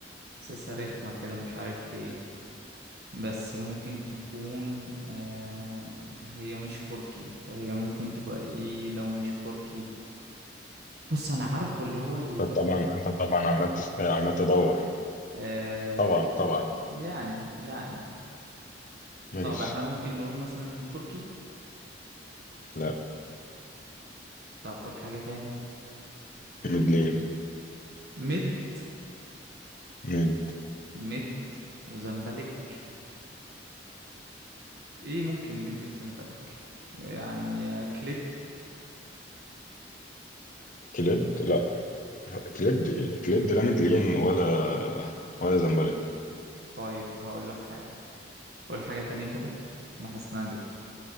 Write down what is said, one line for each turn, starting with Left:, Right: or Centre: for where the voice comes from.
Right: احساسها رخمة كده مش عارف ليه بس ممكن تكون آه، هي مش كركي فهي ممكن تبقى ايه لو مش كركي بص انا عارفه اللي هو ال...
Left: انت طبعا انت طبعا عمال تس... عمال تدور
Right: آه،
Left: طبعا طبعا يعني.
Right: يعني يعني
Left: ماشي
Right: طب احنا ممكن نقول مثلا كركي
Left: لا
Right: طب والحاجة تاني
Left: ميدلين
Right: مد
Left: ميد
Right: مد وزمبلك ايه ممكن مد بزنبلك يعني كليد
Left: كليد لا كليد كليد لا ميدلين ولا ولا زمبلك
Right: طيب هقول لك حاجة قول حاجة تانية كده انا حاسس ان انا جبته